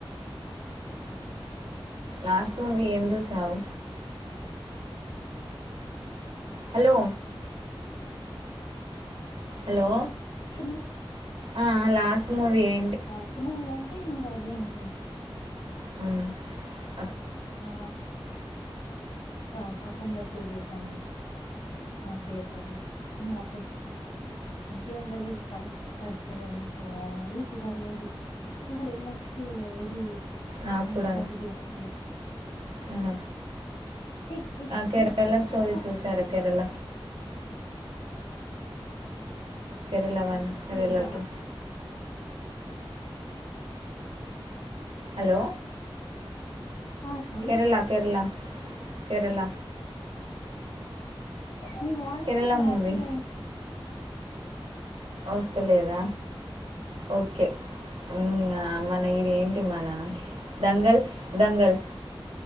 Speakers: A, on the right; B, on the left.
A: లాస్ట్ మూవీ ఏం చూసావు హలో హలో
B: కన్న డ్
A: ఆ ఆ లాస్ట్ మూవీ ఎం
B: లాస్ట్ మూవీ అంటే ఇంగ అదే అండి
A: అవునా
B: ఆ కద్ అఖండటూ చూసానంతే థియేటర్ లో ఇంగ అప్పుడ్ నుంచి వెళ్ళలేదు టైం వర్క్ సో <unintelligible> కుదరలేదు చూడలి నెక్స్ట్ ఇది
A: నాకు
B: మహేష్
A: కూడా
B: బాబుది వస్తుంది
A: మన
B: ఏ
A: కేరళ
B: ఏమ్ సప్పుడది
A: స్టోరీ చూసారా కేరళ కేరళ వన్ కేరళ
B: ఏంటండీ
A: టూ హలో
B: ఆ అండీఏ
A: కేరళ
B: మండి
A: కేరళ కేరళ
B: మీ వాయిసే
A: కేరళ
B: క్లారిటీగ
A: మూవీ ఒస్తలేదా ఓకే ఇంగ ఆ మన ఇది ఏంటి మన దంగల్ దంగల్